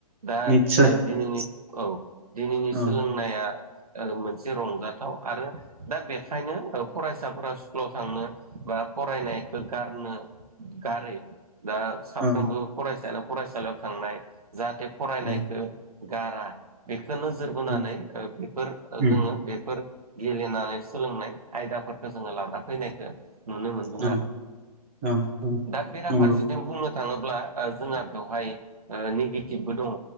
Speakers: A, on the right (about 65°); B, on the right (about 20°).
A: दा
B: निस्सय
A: ओ दिनैनि औ दिनैनि
B: औ
A: सोलोंनाया ओ मोनसे रंजाथाव आरो दा बेखायनो ओ फरायसाफोरा स्कुलाव थांनो बा फरायनायखौ गारनो गारै दा साफ्रोमबो
B: औ
A: फरायसायानो फरायसालियाव थांनाय जाहाथे फरायनायखौ
B: उम
A: गारा बेखौ नोजोर बोनानै
B: उम
A: बेफोर
B: उम
A: जोङो बेफोर गेले नानै सोलोंनाय आयदाफोरखौ जोङो लाना फैनायखौ नुनो मोनदों
B: औ
A: आरो
B: औ औ
A: दा बेराफारसेथि
B: नंगौ
A: बुंनो थाङोब्ला ओ जोंहा बेवहाय ओ निगेटिभबो दङ